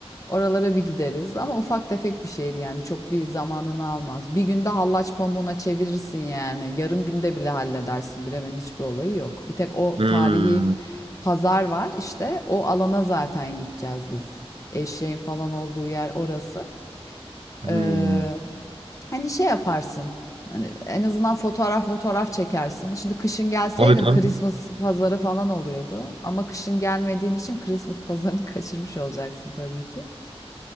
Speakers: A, on the left; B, on the right.
A: Oralara bir gideriz. Ama ufak tefek bir şehir yani. Çok bir zamanını almaz. Bir günde hallaç pamuğuna çevirirsin yani. Yarım günde bile halledersin. Bremen'in hiçbir olayı yok. Bir tek o
B: Hmm.
A: tarihi pazar var işte. O alana zaten gideceğiz biz. Eşeğin falan olduğu yer orası.
B: Hmm.
A: Ee, Hani şey yaparsın. Hani en azından fotoğraf fotoğraf çekersin. Şimdi kışın gelseydin
B: Tabii tabii.
A: Christmas pazarı falan oluyordu. Ama kışın gelmediğin için Christmas pazarını <laughs> kaçırmış olacaksın tabii ki.